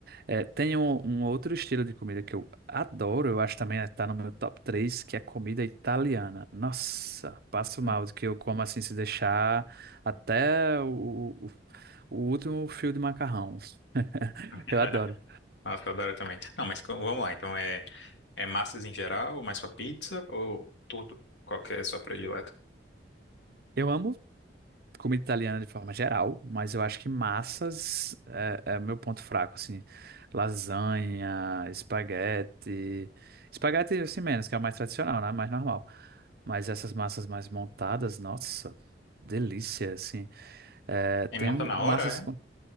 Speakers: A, on the right; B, on the left.
A: É, tem um, um outro estilo de comida que eu adoro, eu acho também está no meu top 3 que é comida italiana. Nossa, passo
B: Hum.
A: mal do que eu como assim se deixar até o, o, o último fio de macarrão. <laughs>
B: <laughs>
A: Eu adoro.
B: Nossa, eu adoro também. Não, mas co- vamos lá, então é. É massas em geral, mais pra pizza ou tudo? Qual que é a sua predileta?
A: Eu amo comida italiana de forma geral, mas eu acho que massas é, é meu ponto fraco, assim, lasanha, espaguete, espaguete assim menos, que é o mais tradicional, né, mais normal, mas essas massas mais montadas, nossa, delícia, assim, é, tem
B: E monta na
A: massas
B: hora,
A: com,